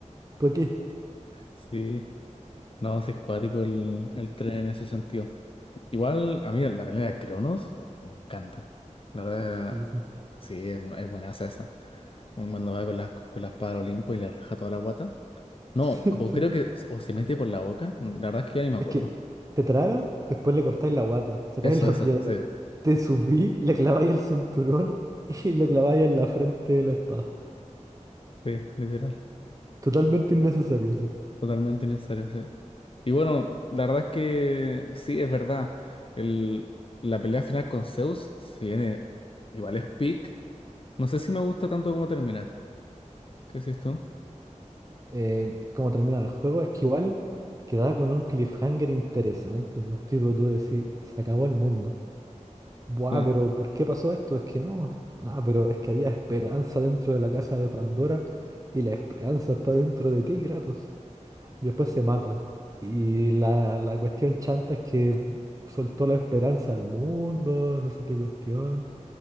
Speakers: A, on the right; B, on the left.
A: ¿Por qué?
B: Sí. No, sí es cuático el, el tren en ese sentido. Igual, a mí la pelea de Cronos, oh, me encanta. La verdad,
A: Sí, sí.
B: sí, es, es buenaza esa. Cuando va con la, con la espada al Olimpo y le raja toda la guata. No,
A: Sí.
B: o creo que,
A: <laughs>
B: o se mete por la boca. Mm, La verdad es que ya ni me
A: Es
B: acuerdo.
A: que te traga, después le cortáis la guata, sacáis
B: Eso,
A: la
B: eso,
A: piedra,
B: sí.
A: te subí, le claváis el cinturón y le claváis en la frente de la espada.
B: Sí, literal.
A: Totalmente innecesario, sí.
B: Totalmente necesario, sí. Y bueno, la verdad es que sí, es verdad. El, la pelea final con Zeus, si viene, igual es peak. No sé si me gusta tanto como termina. ¿Qué decís tú?
A: Eh, como termina el juego, es que igual quedaba con un cliffhanger interesante, pues, tipo tú decís, se acabó el mundo. Buah,
B: Eh,
A: pero ¿por qué pasó esto? Es que no, nada, pero es que había esperanza dentro de la caja de Pandora y la esperanza está dentro de ti, Kratos. y después se mata. Y la, la cuestión chanta es que soltó la esperanza al mundo, no sé qué cuestión.